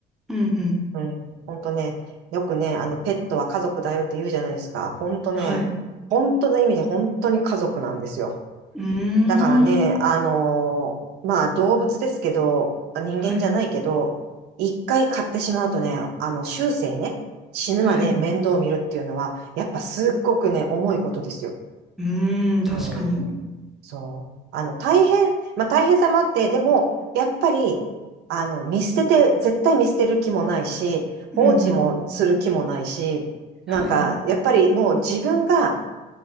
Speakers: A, in the centre; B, on the right.
A: うん、うん。
B: うん、本当ね、よくね、あの、ペットは家族だよって言うじゃないですか。本当ね、
A: はい。
B: 本当の意味で本当に家族なんですよ。
A: うー
B: だからね、
A: ん。
B: あのーまあ動物ですけど、人間じゃないけど、
A: はい。
B: 一回買ってしまうとね、あの、終生ね、死ぬまで面倒を見るっていうのは、
A: はい。
B: やっぱすっごくね、重いことですよ。
A: うーん。確かに。
B: うん。そう。あの、大変、まあ大変さもあって、でも、やっぱり、あの、見捨てて、絶対見捨てる気もないし、
A: うんうん。
B: 放置もする気もないし、なんか、
A: はい。
B: やっぱりもう自分が